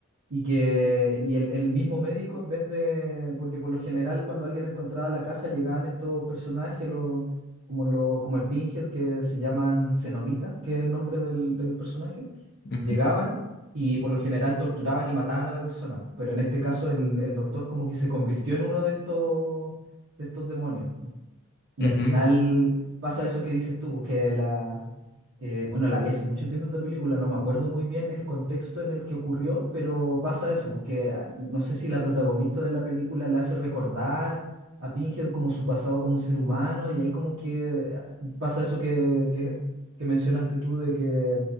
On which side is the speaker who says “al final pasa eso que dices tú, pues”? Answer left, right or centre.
Right